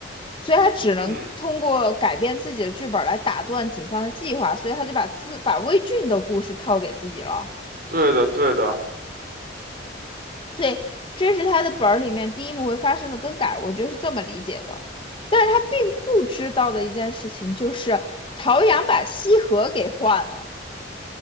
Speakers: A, on the left; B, on the right.
A: 所以他只能通过改变自己的剧本来打断警方的计划，
B: 嗯，
A: 所以他就把自把魏俊的故事套给自己了。
B: 对的，对的。
A: 所以这是他的本儿里面第一幕会发生的更改，我觉得是这么理解的。但是他并不知道的一件事情就是陶阳把西河给换了，